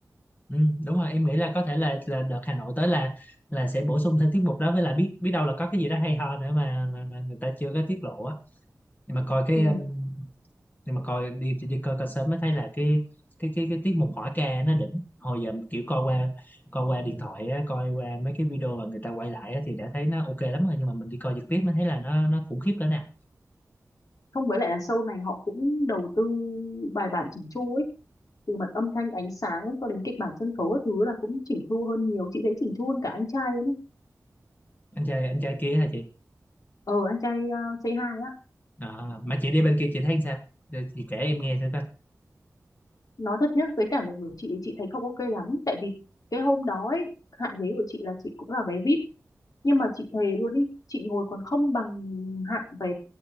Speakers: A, on the left; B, on the left.
A: ừ, đúng rồi em nghĩ là có thể là là đợt Hà Nội tới là là sẽ bổ sung thêm tiết mục đó với lại biết biết đâu là có cái gì đó hay ho nữa mà mà, mà người ta chưa có tiết lộ á nhưng mà coi cái
B: ừ.
A: um, nhưng mà coi đi đi coi coi sớm mới thấy là cái cái cái cái tiết mục hỏi ca nó đỉnh hồi giờ kiểu coi qua coi qua điện thoại á, coi qua mấy cái video mà người ta quay lại á, thì đã thấy nó ok lắm rồi nhưng mà mình đi coi trực tiếp mới thấy là nó nó khủng khiếp cỡ nào
B: không với lại là show này họ cũng đầu tư bài bản chỉnh chu ấy từ mặt âm thanh ánh sáng cho đến kịch bản sân khấu các thứ là cũng chỉnh chu hơn nhiều chị thấy chỉnh chu hơn cả anh trai ấy
A: anh trai anh trai kia hả chị
B: ờ anh trai uh, Say Hi á
A: à, mà chị đi bên kia chị thấy sao Giờ chị kể em nghe thử coi
B: nói thật nhá với cảm nhận của chị chị thấy không ok lắm tại vì cái hôm đó ấy hạng ghế của chị là chị cũng là vé VIP nhưng mà chị thề luôn đi chị ngồi còn không bằng hạng vé